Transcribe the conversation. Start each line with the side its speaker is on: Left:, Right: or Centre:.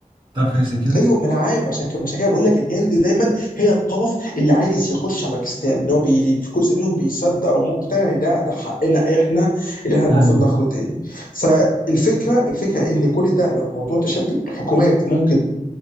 Right: تعرف حاجه زي كده
Left: ايوه ما انا عارف عشان كده عشان كده بقول لك الهند دايما هي الطرف اللي عايز يخش على باكستان اللي هو بي... في جزء منهم بيصدق او مقتنع ان ده ده حقنا احنا اللي احنا المفروض
Right: ايوه
Left: ناخده تاني فالفكره الفكره ان كل ده لو الموضوع تشدد الحكومات ممكن